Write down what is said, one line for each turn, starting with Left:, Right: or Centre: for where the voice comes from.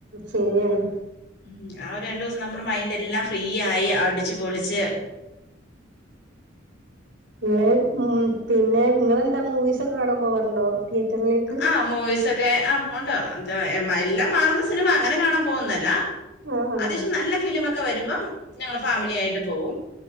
Right: ശരിയാണ്
Left: ഉ ആ രണ്ടൂസം നമ്മുടെ മൈന്റ് എല്ലാം ഫ്രീയായി അടിച്ച് പൊളിച്ച്
Right: <unintelligible> ഉം പിന്നെ നിങ്ങളെന്താ മൂവിസൊക്കെ കാണാം പോവാറ്ണ്ടോ തിയേറ്റർലേക്ക്?
Left: ആഹ് മൂവീസൊക്കെ ആഹ് ഒണ്ട് എല്ലാം മാറുന്ന സിനിമ അങ്ങനെ കാണാൻ പോകുന്നല്ല -
Right: ആഹ് ആഹ്
Left: അത്യാവശ്യം നല്ല ഫിലിമൊക്കെ വരുമ്പം ഞങ്ങള് ഫാമിലി ആയിട്ട് പോവും.